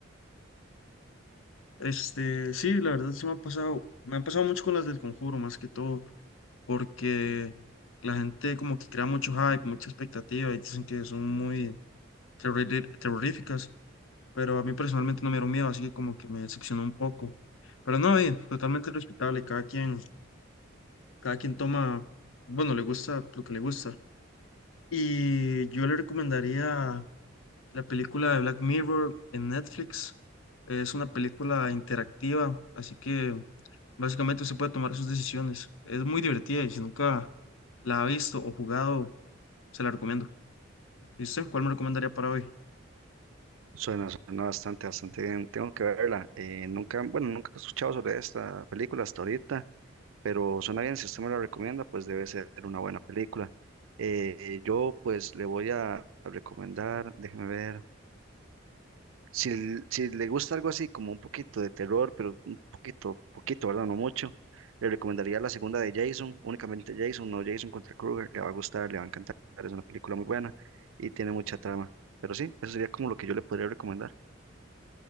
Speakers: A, on the left; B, on the right.
A: Este, sí, la verdad se me ha pasado, me ha pasado mucho con las del Conjuro, más que todo, porque la gente como que crea mucho hype, mucha expectativa y dicen que son muy terrori- terroríficas. pero a mí personalmente no me dieron miedo, así que como que me decepcionó un poco. Pero no, eh, totalmente respetable, cada quien, cada quien toma, bueno, le gusta lo que le gusta. Y yo le recomendaría la película de Black Mirror en Netflix. Es una película interactiva, así que básicamente usted puede tomar sus decisiones. Es muy divertida y si nunca la ha visto o jugado, se la recomiendo. ¿Y usted cuál me recomendaría para hoy?
B: Suena, suena bastante, bastante bien. Tengo que verla. eh, nunca, bueno, nunca he escuchado sobre esta película hasta ahorita. pero suena bien, si usted me la recomienda, pues debe ser una buena película. Eh, yo pues le voy a a recomendar, déjeme ver, si, l- si le gusta algo así como un poquito de terror, pero un poquito, poquito, ¿verdad? No mucho, le recomendaría la segunda de Jason, únicamente Jason, no Jason contra Krueger, le va a gustar, le va a encantar, es una película muy buena y tiene mucha trama, pero sí, eso sería como lo que yo le podría recomendar.